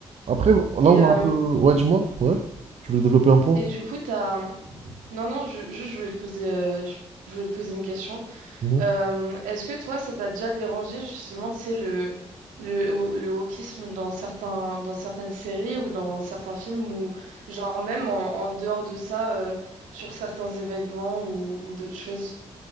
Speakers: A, on the right; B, on the right.
A: Après, là, on
B: Et, euh,
A: a un peu... Ouais, dis-moi, ouais. Tu voulais développer un point?
B: et du coup, t'as... Non, non, je, juste, je voulais te poser, euh, je je voulais te poser une question.
A: Mhm.
B: Euh, est-ce que toi, ça t'a déjà dérangé justement, tu sais, le, le, wo- le wokisme dans certains, dans certaines séries ou dans certains films ou genre même en, en dehors de ça, euh, sur certains événements ou, ou d'autres choses?